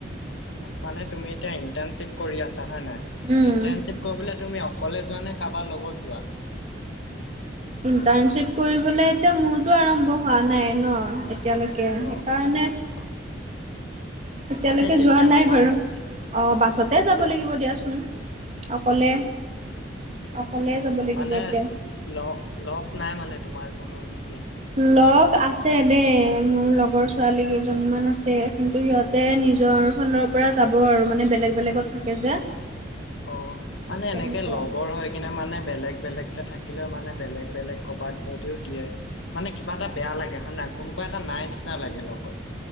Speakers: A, on the left; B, on the right.
A: মানে তুমি এতিয়া ইন্টাৰ্ণশ্বিপ কৰি আছা হয় নাই?
B: উম।
A: ইন্টাৰ্ণশ্বিপ কৰিবলে তুমি- অকলে যোৱা নে কাৰোবাৰ লগত যোৱা?
B: ইণ্টাৰ্ণশ্বিপ কৰিবলৈ এতিয়া মোৰতো আৰম্ভ হোৱা নাই ন- এতিয়ালৈকে।
A: অ',
B: সেইকাৰণে-
A: অ',
B: এতিয়ালৈকে
A: মানে যেতিয়া
B: যোৱা নাই
A: হ'ব
B: বাৰু। অঁ,
A: অ',
B: বাছতে যাব
A: যে
B: লাগিব দিয়াচোন অকলে।
A: অ',
B: অকলে যাব লাগিব
A: মানে
B: এতিয়া।
A: লগ লক নাই মানে তোমাৰ কোনো নেকি?
B: লগ আছে দেই, মোৰ লগৰ ছোৱালী কেইজনীমান আছে। কিন্তু সিহঁত- তে নিজৰ ফালৰ পৰা যাব আৰু মানে বেলেগ বেলেগত থাকে যে।
A: অঁ মানে
B: তেনেকুৱা।
A: এনেকে লগৰ হয়। কিনে মানে বেলেগ বেলেগকে থাকিলেও মানে বেলেগ বেলেগ কবাত যদিও দিয়ে- মানে কিবা এটা বেয়া লাগে হয় নে নাই, কোনোবা এটা নাই নিচিনা লাগে লগত।